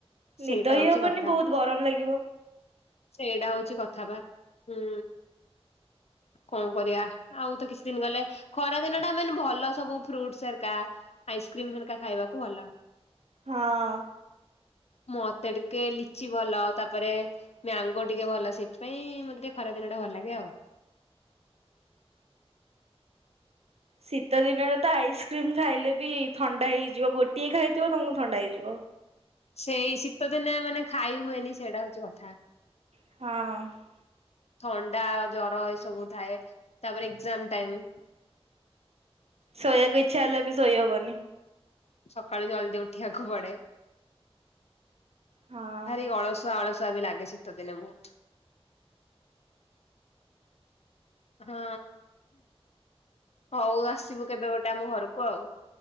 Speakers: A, on the left; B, on the right.
A: ସେଇଟା
B: ନିଦ ହିଁ
A: ହଉଛି
B: ହବନି
A: କଥା।
B: ବହୁତ ଗରମ ଲାଗିବ
A: ସେଇଟା ହଉଛି କଥା ବା ହୁଁ। କଣ କରିବା ଆଉ ତ କିଛି ଦିନ ଗଲେ ଖରା ଦିନଟା ମାନେ ଭଲ ସବୁ ଫ୍ରୁଟ୍ ସୁ ହେରିକା ଆଇସ୍କ୍ରିମ୍ ହେରିକା ଖାଇବାକୁ ଭଲ।
B: ହଁ।
A: ମତେ ଟିକେ ଲିଚି ଭଲ ତାପରେ ମ୍ୟାଙ୍ଗୋ ଟିକେ ଭଲ ସେଇଥିପାଇଁ ମତେ ଟିକେ ଖରା ଦିନ ଟା ଭଲ ଲାଗେ ଆଉ।
B: ଶୀତ ଦିନରେ ତ ଆଇସ୍କ୍ରିମ ଖାଇଲେ ବି ଥଣ୍ଡା ହେଇଯିବ ଗୋଟିଏ ଖାଇଥିବ ତମକୁ ଥଣ୍ଡା ହେଇଯିବ।
A: ସେଇ ଶୀତଦିନେ ମାନେ ଖାଇ ହୁଏନି ସେଇଟା ହଉଛି କଥା।
B: ହଁ।
A: ଥଣ୍ଡା ଜ୍ବର ଏ ସବୁ ଥାଏ ତାପରେ ଏକ୍ଜାମ୍‌ ଟାଇମ୍।
B: ଶୋଇବାକୁ ଇଚ୍ଛା ହେଲେ ବି ଶୋଇ ହବନି।
A: ସକାଳୁ ଜଲ୍ଦି ଉଠିବାକୁ ପଡେ।
B: ହଁ।
A: ଭାରି ଅଳସୁଆ ଅଳସୁଆ ବି ଲାଗେ ଶୀତ ଦିନେ ବହୁତ। ହଁ ହଉ ଆସିବୁ କେବେ ଗୋଟେ ଆମ ଘରକୁ ଆଉ।